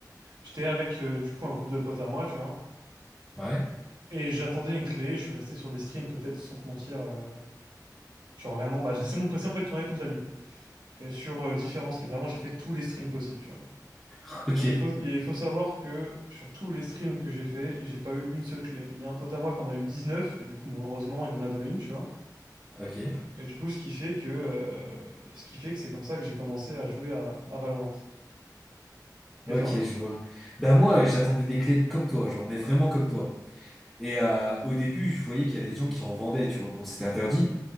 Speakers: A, on the right (about 80°); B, in the centre.
A: J'étais avec, euh, du coup, un groupe de potes à moi, tu vois,
B: Ouais,
A: et j'attendais une clé, je suis resté sur des streams, peut-être, sans te mentir. euh, genre, vraiment, bah, je laissais mon PC, en fait, tourner toute la nuit. Et sur euh, différents streams, vraiment, j'ai fait tous les streams possibles, tu vois.
B: <laughs> ok,
A: Et il faut, et il faut savoir que sur tous les streams que j'ai fait, j'ai pas eu une seule clé. Il y a un pote à moi qu'on a eu 19 et du coup, bon, heureusement, il m'en a donné une, tu vois.
B: ok,
A: Et du coup, ce qui fait que, euh, ce qui fait que c'est comme ça que j'ai commencé à jouer à, à Valorant. Et
B: ok,
A: toi?
B: je vois. Bah moi, j'attendais des clés comme toi, genre, mais vraiment comme toi. Et euh, au début, je voyais qu'il y avait des gens qui en vendaient, tu vois. Bon, c'était interdit,